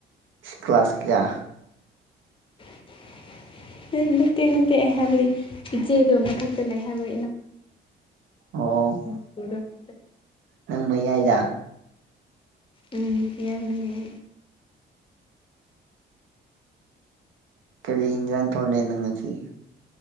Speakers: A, on the right; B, on the left.
A: ꯀ꯭ꯂꯥ ꯁ ꯀꯌꯥ
B: <unintelligible> ꯅꯠꯇꯦ ꯅꯠꯇꯦ ꯑꯩ ꯍꯥꯏꯕꯗꯤ ꯏꯆꯦꯗꯣ ꯃꯊꯛꯇ ꯂꯩ ꯍꯥꯏꯕ ꯏꯅꯥꯎ
A: ꯑꯣ
B: ꯃꯁꯤꯕꯨꯨꯔ ꯑꯗꯨ <unintelligible>
A: ꯅꯪ ꯃꯩꯌꯥꯏꯗ
B: ꯎꯝ ꯀ <unintelligible> ꯌꯥꯅꯅꯦ
A: ꯀꯔꯤ ꯌꯦꯡꯖꯥꯡ ꯊꯣꯡꯉꯦ ꯅꯪ ꯉꯁꯤ